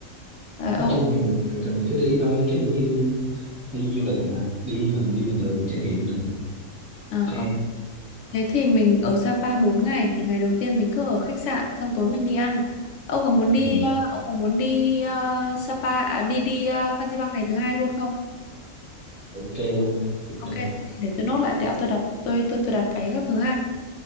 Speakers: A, on the left; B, in the centre.
A: ờ
B: nói
A: ờ,
B: chung thì mình được thì mình cứ đi thôi kiểu như đi du lịch mà đi mình đi bình thường mình trải nghiệm được rồi
A: ờ,
B: ok
A: ok. Thế thì mình ở Sapa 4 ngày thì ngày đầu tiên mình cứ ở khách sạn xong tối mình đi ăn. Ông có muốn đi
B: ừ.
A: ờ, ông có muốn đi ờ, Sapa à đi đi uh, Fansipan ngày thứ hai luôn không?
B: ok luôn cũng
A: Ok,
B: được
A: thì để tôi nốt lại tẹo tôi đặt tôi tôi tôi đặt vé các thứ ha.